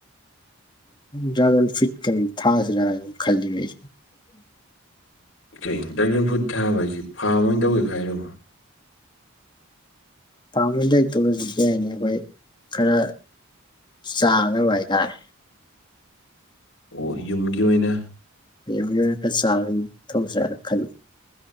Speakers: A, on the left; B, on the left.
A: ꯗ꯭ꯔꯥꯒꯟ ꯐꯤꯠ ꯀ ꯊꯥꯁꯤꯔꯥ ꯍꯥꯏꯅ ꯈꯜꯂꯤꯕ ꯑꯩꯁꯦ
B: ꯀꯩ ꯗ꯭ꯔꯥꯒꯟ ꯐ꯭ꯔꯨꯗ ꯊꯥꯕ ꯍꯥꯏꯁꯤ ꯐꯥꯝ ꯑꯣꯏꯅ ꯇꯧꯒꯦ ꯍꯥꯏꯔꯣ
A: ꯐꯥꯔ ꯍꯦꯟ ꯂꯩꯛꯇꯧꯔꯁꯨ ꯀꯔꯤ ꯍꯥꯏꯅꯤ ꯑꯩꯈꯣꯏ ꯈꯔ ꯆꯥꯈꯔꯥ ꯕ ꯍꯥꯏꯇꯥꯔꯦ
B: ꯑꯣ ꯌꯨꯝꯒꯤ ꯑꯣꯏꯅ
A: ꯑꯩ ꯃꯤꯑꯣꯣꯏꯔ ꯈꯔ ꯆꯥꯔ ꯑꯗꯨꯝ ꯊꯣꯡꯁꯤꯔꯅ ꯈꯜꯂꯤꯉ